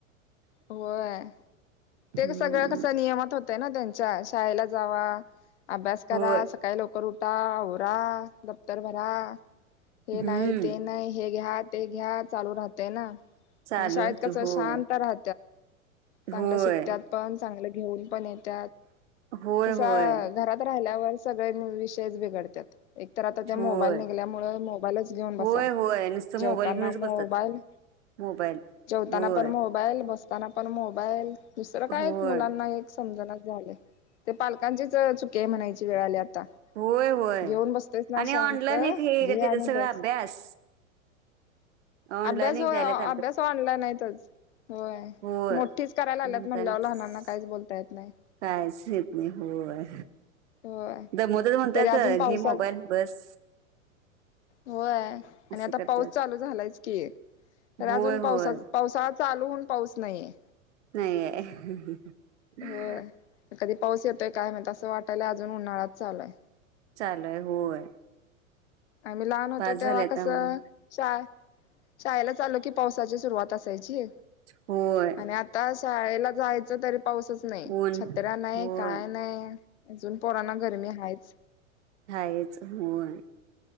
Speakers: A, on the left; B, on the right.
A: होय
B: हम्म
A: ते सगळ्या कस नियमात होत ना त्यांच्या शाळेला जावा अभ्यास करा
B: होय
A: सकाळी लवकर उठा होोरा दफ्तर भरा हे
B: हम्म
A: नाही ते नाही हे घ्या ते घ्या चालू राहतेय ना
B: चालू
A: आणि शाळेत
B: राहतय
A: कस
B: होय
A: शांत राह चांगलं
B: होय
A: शिकत्यात पण चांगलं घेऊन पण येत
B: होय
A: तस घरात
B: होय
A: राहिल्यावर सगळे विषय बिघडतात एक तर आता त्या
B: होय
A: मोबाईल निघल्यामुळे मोबाईलच घेऊन बसा
B: होय होय नुसतं
A: जेवताना
B: मोबाईल घेऊनच
A: मोबाईल
B: बसतात मोबाईल
A: जेवताना
B: होय
A: पण मोबाईल बस असताना पण मोबाईल दुसरं काय
B: होय
A: मुलांना एक समजणच झाले ते पालकांचीच चुकी आहे म्हणायची वेळ आल्यात
B: होय होय
A: घेऊन बसतस ना
B: आणि
A: शांत
B: ऑनलाईन एक हे
A: घे
B: त्याचा
A: आणि
B: सगळा
A: बस
B: अभ्यास ऑनलाईन
A: अभ्यास
B: एक
A: होय
B: द्यायलात
A: अभ्यास ऑनलाईन यच होय
B: होय
A: मोठीच करायला आल्यात
B: म्हणतानाच
A: म्हणल्या लहानांना काहीच बोलता येत नाही
B: कायच येत नाही होय
A: होय
B: दमद म्हणतायच
A: तरी अजून पावसात
B: घी मोबाईल बस
A: होय आणि
B: असं
A: आता
B: करतात
A: पाऊस चालू झालायच की तर
B: होय
A: अजून पावसा
B: होय
A: पावसाळा चालूहून पाऊस नाहीये
B: नाही
A: होय. कधी पाऊस येतोय काय मात असं वाटायला अजून उन्हाळात चालूय
B: चालय होय
A: आम्ही लहान होतो
B: बास झालंय
A: तेव्हा
B: आता
A: कसं
B: उन्हा
A: शा शाळेला चालो की पावसाची सुरुवात असायची
B: होय
A: आणि आता शाळेला जायच तरी पाऊसच नाही
B: ऊन
A: छतरा्या नाही
B: होय
A: काय नाही अजून पराना गरमी हाच
B: कायच होन